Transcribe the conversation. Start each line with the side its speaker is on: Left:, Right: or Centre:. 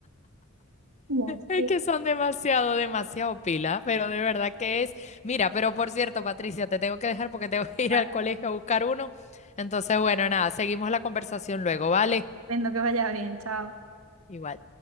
Right: Y así,
Left: Es que son demasiado, demasiado pila, pero de verdad que es. Mira, pero por cierto, Patricia, te tengo que dejar porque tengo que ir
Right: Vale,
Left: al colegio a buscar uno. Entonces, bueno, nada, seguimos la conversación luego, ¿vale?
Right: Entiendo que vaya bien, chao.
Left: Igual.